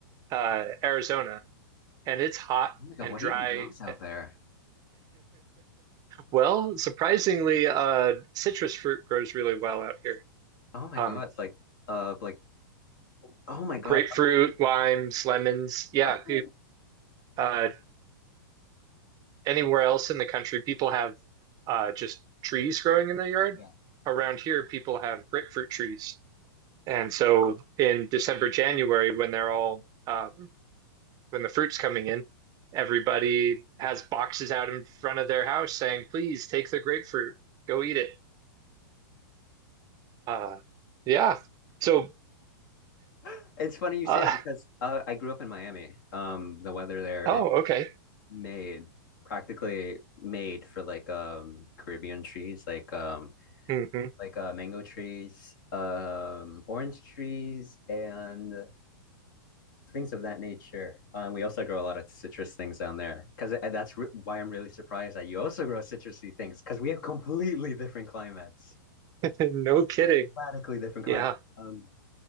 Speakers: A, on the right (about 30°); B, on the left (about 60°).
A: uh, Arizona and it's hot
B: Oh my God,
A: and
B: what
A: dry.
B: even grows out
A: <laughs>
B: there?
A: Well, surprisingly, uh, citrus fruit grows really well out here.
B: Oh my
A: Um,
B: God, like uh like oh my God.
A: grapefruit, limes, lemons. Yeah,
B: Oh,
A: uh, anywhere else in the country, people have uh, just trees growing in their yard.
B: yeah.
A: Around here, people have grapefruit trees, and so in December, January, when they're all um, when the fruit's coming in, everybody has boxes out in front of their house saying, "Please take the grapefruit, go eat it." Uh, yeah. So,
B: <gasps> It's funny you
A: uh,
B: say that because uh, I grew up in Miami. Um, the weather there
A: oh,
B: is
A: okay.
B: made practically made for like um Caribbean trees, like um
A: <laughs>
B: like uh, mango trees, um, orange trees, and things of that nature. Um, we also grow a lot of citrus things down there because that's re why I'm really surprised that you also grow citrusy things because we have completely different climates,
A: No kidding.
B: radically different climates.
A: Yeah.
B: Um,